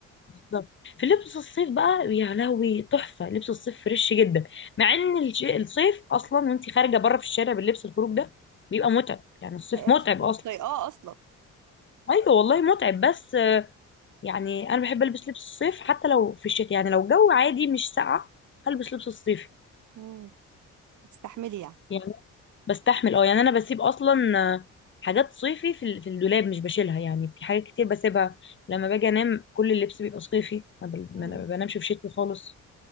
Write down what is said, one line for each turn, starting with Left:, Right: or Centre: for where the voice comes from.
Left: بالظبط في لبس الصيف بقى يا لهوي تحفه لبس الصيف فريش جدا مع ان الش- الصيف اصلا وانت خارجه بره في الشارع باللبس الخروج ده بيبقى متعب يعني الصيف
Right: <laughs>
Left: متعب
Right: مش
Left: اصلا
Right: طايقاه اصلا
Left: ايوه والله متعب بس يعني انا بحب البس لبس الصيف حتى لو في الشتاء يعني لو الجو عادي مش ساقع هلبس لبس الصيف
Right: امم بتستحملي يعني
Left: يعني بستحمل اه يعني انا بسيب اصلا آه، حاجات صيفي في ال- في الدولاب مش بشيلها يعني في حاجات كتير بسيبها لما باجي انام كل اللبس بيبقى صيفي ما بل- ما
Right: مم.
Left: أنا بنامش في شتوي خالص